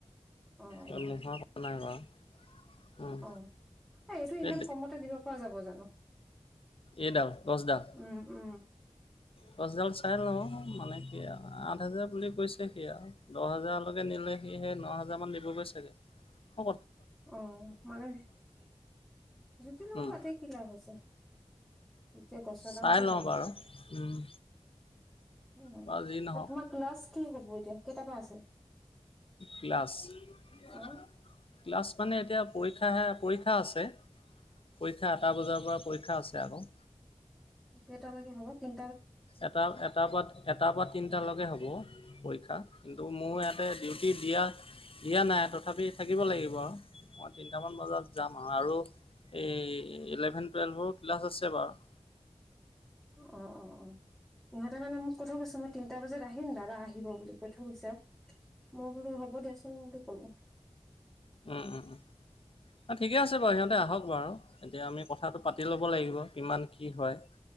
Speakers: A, in the centre; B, on the left (about 55°).
A: অ
B: নোহোৱা
A: অ
B: কথা নাই বাৰু। উম।
A: অ, 'এইটো ইমান
B: এই
A: কমতে দিব পৰা যাব জানো।
B: এইডাল গছডাল
A: উম উম
B: গছডাল চাই নহ। <unintelligible> আঠ হেজাৰ বুলি কৈছে। সি আৰু দহ হাজাৰলৈকে নিলে সি সেই ন হাজাৰ মান‌
A: অ মানে জুতিৰ লগত
B: উম,
A: পাতে কি লাভ আছে। এতিয়া গছৰ
B: চাই
A: দাম কি
B: লওঁ
A: জানে।
B: বাৰু উম।
A: <unintelligible>
B: বা যি নহওক
A: তোমাৰ ক্লাছ কি হ'ব এতিয়া কেতাৰ পৰা আছে।
B: প্লাছ <inaudible>
A: অ
B: ক্লাছ মানে এতিয়া পৰীক্ষাহে পৰীক্ষা আছে পৰীক্ষা এটা বজাৰ পৰা পৰীক্ষা আছে আকৌ।
A: কেইটালৈগে হ'ব তিন
B: এটা এটাৰ পৰা এটাৰ পৰা তিনটালৈকে হ'ব পৰীক্ষা কিন্তু মোৰ ইয়াতে ডিউটি দিয়া দিয়া নাই তথাপি থাকিব লাগিব আৰু মই তিনিটামান বজাত যাম আৰু আৰু এই ইলেভেন টুৱেলভৰো ক্লাছ আছে বাৰু।
A: অহ, অহ ইহঁতে মানে মোক কৈথৈ কৈছে মই তিনিটা বজাত আহিম। দাদা আহিব বুলি কৈ থৈ গৈছে মই বোলো হ'ব দিয়াচোন বুলি ক'লো
B: উম উম অ ঠিকে আছে বাৰু ইহতে আহক বাউ এতিয়া আমি কথাটো পাতি ল'ব লাগিব কিমান কি হয়